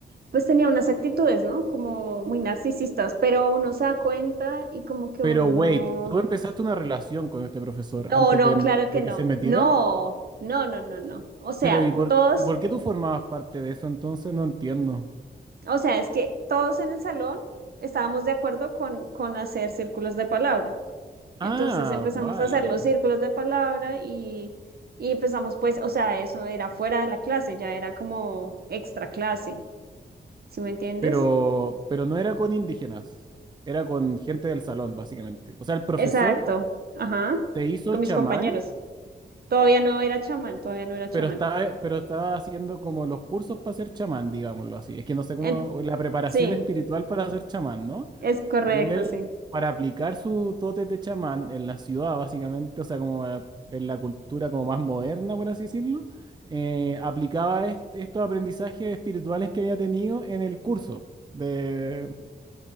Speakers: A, on the right (about 60°); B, on the right (about 25°).
A: pues tenía unas actitudes, ¿no? Como muy narcisistas, pero uno se da cuenta y como que
B: Pero
A: uno
B: wait,
A: no,
B: tú empezaste una relación con este profesor
A: no,
B: antes
A: no,
B: de,
A: claro que
B: de
A: no,
B: que se metieran.
A: no, no, no, no, no. O sea,
B: Pero ¿y por,
A: todos
B: y por qué tú formabas parte de eso entonces? No entiendo.
A: O sea, es que todos en el salón estábamos de acuerdo con, con hacer círculos de palabra. Entonces
B: Ah,
A: empezamos
B: vale.
A: a hacer los círculos de palabra y, y empezamos pues, o sea, eso era fuera de la clase, ya era como extra clase, ¿sí me entiendes?
B: Pero, pero no era con indígenas, era con gente del salón, básicamente. O sea, el profesor
A: Exacto, ajá,
B: te hizo
A: con mis
B: chamán,
A: compañeros. Todavía no era chamán, todavía no era chamán.
B: pero estaba, pero estaba haciendo como los cursos para ser chamán, digámoslo así. Es que no sé cómo,
A: En-
B: o la preparación
A: sí,
B: espiritual para ser chamán, ¿no?
A: es correcto,
B: Y él,
A: sí.
B: para aplicar sus dotes de chamán en la ciudad, básicamente, o sea, como eh, en la cultura como más moderna, por así decirlo, eh, aplicaba est- estos aprendizajes espirituales que había tenido en el curso de,